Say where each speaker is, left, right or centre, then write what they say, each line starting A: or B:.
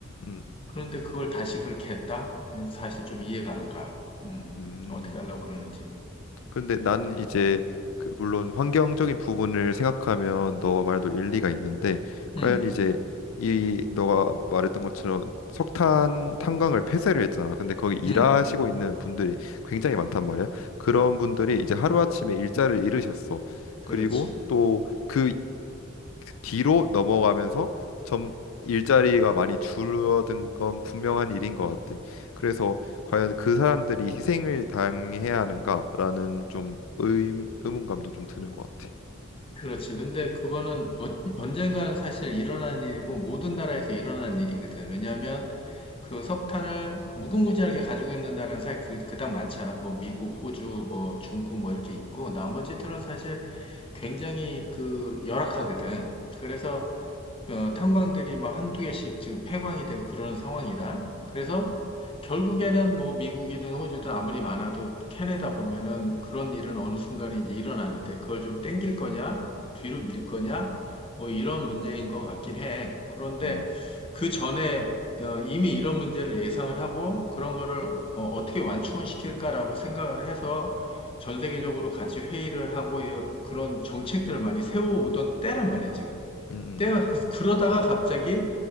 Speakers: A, on the left; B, on the left.
A: 음. 음.
B: 그런데 그걸 다시 그렇게 했다? 사실 좀 이해가 안 가. 음,
A: 음.
B: 어떻게 하려고 그러는지.
A: 근데 나는 이제 그 물론 환경적인 부분을 생각하면 너 말도 일리가 있는데 과연
B: 음,
A: 이제 이 너가 말했던 것처럼 석탄 탄광을 폐쇄를 했잖아. 근데 거기 일하시고
B: 음,
A: 있는 분들이 굉장히 많단 말이야. 그런
B: 어,
A: 분들이 이제 하루아침에 일자를 잃으셨어.
B: 그렇지.
A: 그리고 또그 그 뒤로 넘어가면서 점 일자리가 많이 줄어든 건 분명한 일인 것 같아. 그래서 과연 그 사람들이 희생을 당해야 하는가라는 좀 의, 의문감도 좀 드는 것 같아.
B: 그렇지. 근데 그거는 어- 언젠가는 사실 일어난 일이고 모든 나라에서 일어난 일이거든. 왜냐하면 그 석탄을 그 무궁무진하게 가지고 있는 나라는 사실 그, 그닥 많지 않아. 뭐 미국, 호주, 뭐 중국 뭐 이렇게 있고 나머지들은 사실 굉장히 그 열악하거든. 그래서 어, 탄광들이 막 한두 개씩 지금 폐광이 되고 그러는 상황이라. 그래서 결국에는 뭐 미국이든 호주든 아무리 많아도 캐내다 보면은 그런 일은 어느 순간에 이제 일어나는데 그걸 좀 땡길 거냐,
A: 음,
B: 뒤로 밀 거냐, 뭐 이런 문제인 것 같긴 해. 그런데
A: 음,
B: 그 전에 어, 이미 이런 문제를 예상을 하고 그런 거를 어, 떻게 완충을 시킬까라고 생각을 해서 전 세계적으로 같이 회의를 하고 이 그런 정책들을 많이 세워오던 때란 말이야, 지금.
A: 음, 음,
B: 때가 <laughs> 그러다가 갑자기